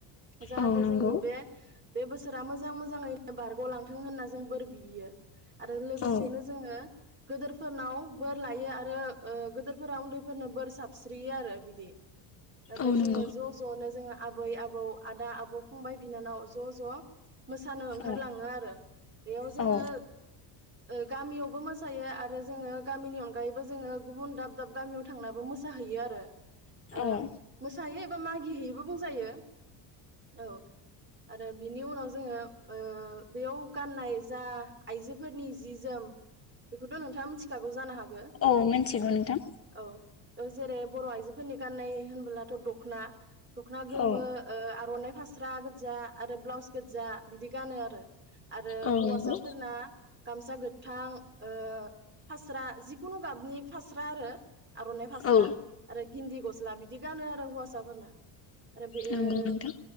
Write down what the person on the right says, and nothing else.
जाहाथे
जोंनि बे। बे बोसोरा मोजां मोजाङैनो बारग लांथों होनना जों बोर बियो। आरो लोगोसेनो
जोङो। गिदोरफोरनाव। बोर लायो आरो ओ गोदोरफोरा उन्दैफोरनो बोर साबस्रियो आरो बिदि। ओमफय
जोङो ज-ज नो जोंङा आबै-आबौ आदा-आबौ फंबाय-बिनानाव ज-ज मोसानो ओंखारलाङो
आरो बेयाव जोङो।
ओ गामियावबो मोसायो आरो जोङो गामिनि अनगायैबो जोङो गुबुन दाब दाब गामियाव थांनाबो मोसाहैयो आरो।
आरो मोसाहैयो एबा मागि हैयो। बो बुंजायो। ‌ औ आरो बिनि उनाव जोङो। ओ बेयाव गाननाय जा आइजोफोरनि जि जोम बेखौथ नोंथाङा मिथि जागौ जानोहागौ।
गो औ औ जेरै बर आइजो फोरनि गाननाय होनबोलाथ दखना। दख'ना गोमो
ओ आर'नाइ फास स्रा गोजा आरो ब्लाउस गोजा बिदि गानो आरो। आरो
हौवासाफोरना
गामसा गोथां ओ। फास्रा जिखुनु गाबनि फास्रा आरो। आर'नाइ फास्रा
आरो। गिन्न्ददि गस्ला बिदि गानो आरो हौवासाफोरना। आरो बे
ओ